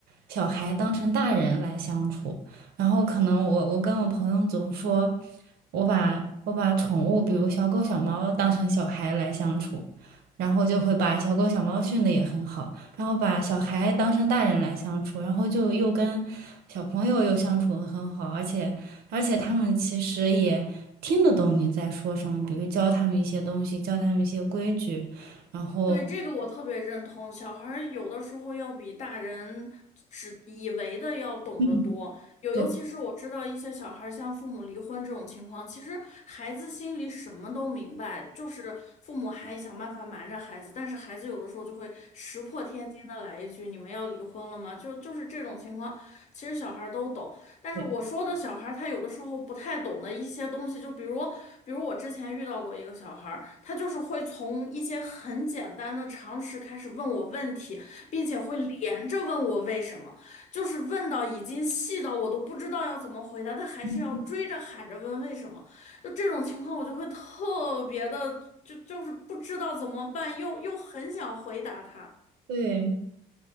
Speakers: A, on the right; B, on the left.
A: 小孩当成大人来相处，然后可能我我跟我朋友总说，我把我把宠物，比如小狗小猫当成小孩来相处，然后就会把小狗小猫训得也很好。然后把小孩当成大人来相处，然后就又跟小朋友又相处的很好，而且而且他们其实也听得懂你在说什么，比如教他们一些东西，教他们一些规矩，然后
B: 对，这个我特别认同，小孩儿有的时候要比大人只以为的要懂得多。
A: 嗯，
B: 有，尤其是我知道一些小孩儿像父母离婚这种情况，
A: 对
B: 其实孩子心里什么都明白，就是父母还想办法瞒着孩子，但是孩子有的时候就会石破天惊的来一句：“你们要离婚了吗？”就就是这种情况，其实小孩儿都懂。但是我说的小孩儿他有的时候不太懂的一些东西，
A: 对
B: 就比如，比如我之前遇到过一个小孩儿，他就是会从一些很简单的常识开始问我问题，并且会连着问我为什么，就是问到已经细到我都不知道要怎么回答，他还是要追着喊着问为什么。
A: 嗯
B: 就这种情况，我就会特别的，就就是不知道怎么办，又又很想回答他。
A: 对，